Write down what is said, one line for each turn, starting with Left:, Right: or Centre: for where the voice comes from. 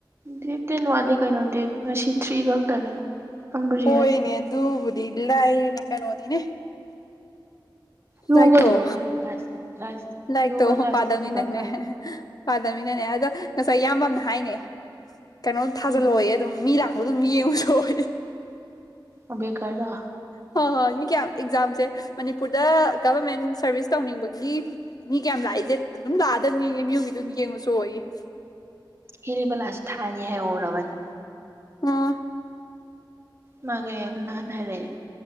Right: ꯗꯦꯠ ꯇꯦꯟ ꯋꯥꯠꯂꯂꯤ ꯀꯩꯅꯣ ꯗꯦꯠ ꯉꯁꯤ ꯊ꯭ꯔꯤ ꯈꯛꯇꯅꯦ ꯅꯪꯒꯤꯁꯦ
Left: ꯍꯣꯏꯅꯦ ꯑꯗꯨꯕꯨꯗꯤ ꯂꯏꯌꯦꯅꯦ ꯀꯩꯅꯣꯅꯤꯅꯦ
Right: ꯌꯣꯒꯗꯨ
Left: ꯂꯥꯏꯛꯇꫭ
Right: ꯀꯔꯝ ꯀꯥꯟ ꯂꯥꯁ ꯂꯥꯁ
Left: ꯂꯥꯏꯔꯤꯛꯇꯣ
Right: ꯌꯣꯒ ꯂꯥꯁ
Left: ꯄꯥꯗꯝꯕꯅꯤꯅꯪꯅꯦ
Right: ꯗꯦꯠꯇꯣ ꯀꯔꯝ ꯀꯥꯟ
Left: ꯄꯥꯗꯝꯕꯅꯤꯅꯅꯦ ꯑꯗ ꯉꯁꯥꯏ ꯏꯌꯥꯝꯕ ꯑꯃꯅ ꯍꯥꯏꯅꯦ ꯀꯩꯅꯣꯝ ꯊꯥꯖꯜꯂꫭꯌꯦ
Right: ꯎꯝ
Left: ꯑꯗꯨꯝ ꯃꯤ ꯂꯥꯛꯄꯗ ꯑꯗꯨꯝ ꯌꯦꯡꯉꯨꯆꫭ ꯌꯦ
Right: ꯑꯝꯕꯦꯗꯀꯔꯗꫭ
Left: ꯍꯣꯏ ꯍꯣꯏ ꯃꯤ ꯀꯌꯥꯝ ꯑꯦꯛꯖꯥꯝꯁꯦ ꯃꯅꯤꯄꯨꯔꯗ ꯒꯕꯔꯃꯦꯟ ꯁꯔꯚꯤꯁꯁ ꯇꯧꯅꯤꯡꯕꯒꯤ ꯃꯤ ꯀꯌꯥꯝ ꯂꯥꯛꯏꯁꯦ ꯑꯗꯨꯝ ꯂꯥꯛꯑꯗꯕꯅꯤ ꯑꯦꯝ ꯌꯨꯒꯤꯗꯨ ꯑꯗꯨꯝ ꯌꯦꯡꯉꯨꯆꫭꯌꯦ <inaudible>
Right: ꯍꯦꯔꯤꯕꯂꯥꯁꯨ ꯊꯥꯅꯤ ꯍꯥꯏꯍꯧꯔꯕꯅꯤ
Left: ꯑꯥ
Right: ꯃꯥꯒꯤ ꯅꯍꯥꯟ ꯍꯥꯏꯔꯛꯑꯦ